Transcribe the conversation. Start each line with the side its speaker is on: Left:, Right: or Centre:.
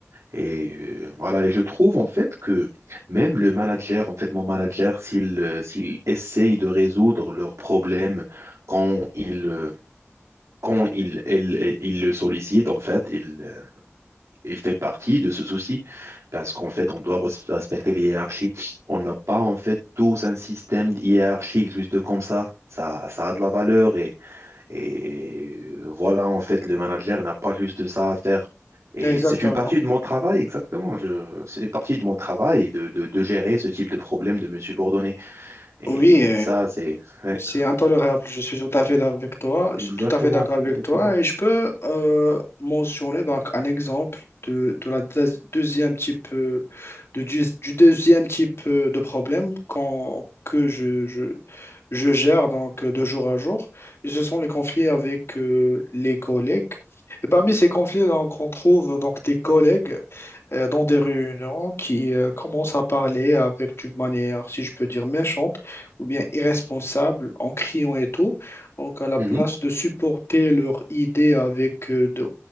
Right: Et euh, voilà, et je trouve en fait que même le manager, en fait, mon manager, s'il euh, s'il essaye de résoudre leurs problèmes quand il euh, quand il, elle- elle- il le sollicite, en fait, il, euh, il fait partie de ce souci parce qu'en fait, on doit res- respecter les hiérarchies. On n'a pas en fait tous un système hiérarchique juste comme ça. Ça, ça a de la valeur et et voilà, en fait, le manager n'a pas juste ça à faire. Et
Left: Exactement.
Right: c'est une partie de mon travail, exactement. Je- c'est une partie de mon travail de, de, de gérer ce type de problème de mes subordonnés. Et
Left: Oui,
Right: ça, c'est... ouais,
Left: C'est intolérable, je suis tout à fait d'accord avec toi,
Right: exactement,
Left: je suis tout à fait d'accord avec
Right: exactement.
Left: toi et je peux euh, mentionner donc un exemple de, de la deuxi- deuxième type euh, de, du, du deuxième type euh, de problème qu'on- que je, je, je gère donc euh, de jour à jour. Et ce sont les conflits avec euh, les collègues. Et parmi ces conflits, donc, on trouve donc des collègues euh, dans des réunions qui euh, commencent à parler avec d'une manière, si je peux dire, méchante ou bien irresponsable, en criant et tout. Donc, à la
Right: Mhm.
Left: place de supporter leurs idées avec, euh, de-